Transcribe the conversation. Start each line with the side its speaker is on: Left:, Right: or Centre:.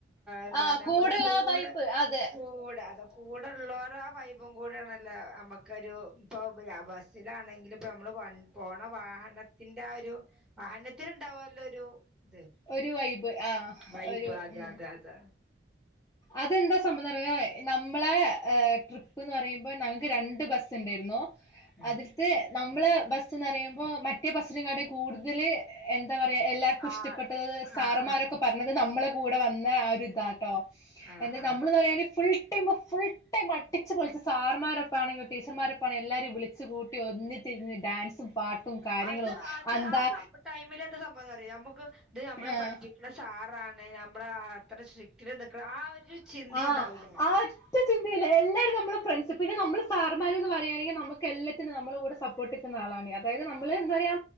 Centre: എന്താ
Left: ആഹ്
Centre: നമ്മള
Left: കൂടുള്ള
Centre: കൂടെ
Left: ആ വൈബ് അതെ
Centre: കൂടെ അത കൂടെ ഉള്ളോരെ ആഹ് വൈബും കൂടെയാണല്ലേ അമ്മ ക്ക് ഒരു ഇപ്പം ബസ്സിലാണെങ്കിൽ ഇപ്പം നമ്മൾ പോണ വാഹനത്തിന്റെ ആഹ് ഒരു വാഹനത്തിൽ ഉണ്ടാവുല്ലോ ഒരു ത്
Left: ഒരു വൈബ് ആഹ്
Centre: വൈബ്
Left: ഒരു
Centre: അതാ
Left: ഉം
Centre: അതാ അതാ
Left: അതെന്താ സംഭവം എന്നറിയോ ഏ നമ്മളെ ട്രിപ്പ്ന്ന് പറയുമ്പോൾ ഞങ്ങൾക്ക് രണ്ട് ബസ്സ് ഉണ്ടായിരുന്നു
Centre: ഉം
Left: അതിൽ നമ്മള് ബസ്ന്ന് അർങ്ങ്യപ്പോ മറ്റേ ബസിനെ കാട്ടും കൂടുതൽ എന്താ പറയാ എല്ല
Centre: ആഹ്
Left: ഇഷ്ടപ്പെട്ടത് സാറമാരൊക്കെ
Centre: ആഹ് ആഹ് ആഹ്
Left: പറ ത് നമ്മളുടെ കൂടെ വന്ന ആഹ് ഒരു ഇതാട്ടോ
Centre: ആഹ്
Left: എന്ത
Centre: ആഹ്
Left: നമ്മള്ന്ന്
Centre: ആഹ്
Left: പറഞ്ഞ ഫുൾ ടൈം ഫുൾ ടൈം മട്ടിച്ച് പൊളിച്ച് സാർമാരൊപ്പം ആണെങ്കിലും ടീച്ചർമാരൊപ്പാെ ആണെല്ലും എല്ലാരും വിളിച്ച് കൂട്ടി ഒന്നിച്ചിരുന്ന് ഡാൻസും പാട്ടും കാര്യങ്ങളും
Centre: അത് അത്
Left: അന്താ
Centre: ആഹ് സമ ടൈമിൽ എന്ത സംഭവം എന്ന് പറയുവോ നമുക്ക് ഇത് നമ്മളെ
Left: ആഹ്
Centre: പഠിപ്പി ടെ സാറാണ് നമ്മള അത്ര സ്ട്രിക്റ്റില് നിക്കണ ആഹ് ഒരു ചിന്തി
Left: ആഹ്
Centre: ഉണ്ടാവൂല
Left: ആഹ് ഒറ്റ ചിന്തയില്ല എല്ലാരും നമ്മുടെ ഫ്രണ്ട്സ് പിന്നെ നമ്മള് സാർമാർ പറയയാണെങ്കിൽ നമുക്ക് എല്ലാത്തിനും നമ്മളെ കൂടെ സ ട്ടിക്കുന്ന ആളാണ് അതായത് നമ്മൾ എന്താ പറയാ